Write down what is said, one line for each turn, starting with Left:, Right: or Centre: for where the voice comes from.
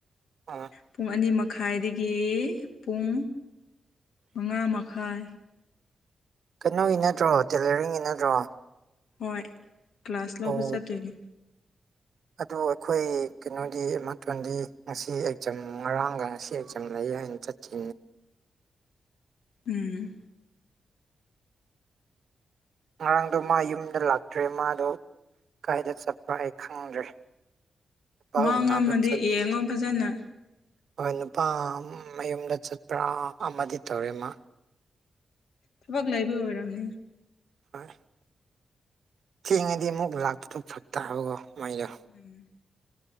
Right: <unintelligible>
Left: ꯄꯨꯡ ꯑꯅꯤ ꯃꯈꯥꯏꯗꯒꯤ ꯄꯨꯡ ꯃꯉꯥ ꯃꯈꯥꯏ
Right: ꯀꯩꯅꯣꯒꯤ ꯅꯠꯇ꯭ꯔꯣ ꯇꯦꯂꯔꯤꯡꯒꯤ ꯅꯠꯇ꯭ꯔꯣ
Left: ꯍꯣꯏ ꯀ꯭ꯂꯥꯁ ꯂꯧꯕ
Right: ꯑꯣ
Left: ꯆꯠꯇꯣꯏꯅꯦ
Right: ꯑꯗꯨ ꯑꯩꯈꯣꯏ ꯀꯩꯅꯣꯒꯤ ꯃꯥꯊꯣꯟꯗꯤ ꯉꯁꯤ ꯑꯦꯛꯖꯥꯝ ꯉꯔꯥꯡꯒ ꯉꯁꯤ ꯑꯦꯛꯖꯥꯝ ꯂꯩ ꯍꯥꯏꯅ ꯆꯠ <unintelligible>
Left: ꯎꯝ
Right: ꯉꯔꯥꯡꯗꯣ ꯃꯥ ꯌꯨꯝꯗ ꯂꯥꯛꯇ꯭ꯔꯦ ꯃꯥꯗꯣ ꯀꯥꯏꯗ ꯆꯠꯄ꯭ꯔꯥ ꯑꯩ ꯈꯪꯗ꯭ꯔꯦ ꯄꯥꯎ
Left: ꯃꯥꯡ
Right: ꯎꯅꯕ
Left: ꯑꯃꯗꯤ
Right: ꯆꯠ
Left: ꯌꯦꯡꯉꯣ ꯐꯖꯅ
Right: ꯍꯣꯏ ꯅꯨꯄꯥ ꯃꯌꯨꯝꯗ ꯆꯠꯄ꯭ꯔꯥ ꯑꯃꯗꯤ ꯇꯧꯔꯦ ꯃꯥꯥ
Left: ꯊꯕꯛ ꯂꯩꯕ ꯑꯣꯏꯔꯝꯅꯤ
Right: <unintelligible> ꯊꯦꯡꯉꯗꯤ ꯑꯃꯨꯛ ꯂꯥꯛꯄꯗꯨ ꯐꯔꯛꯇꯥꯕꯀꯣ ꯃꯥꯏꯗꯣ
Left: ꯎꯝ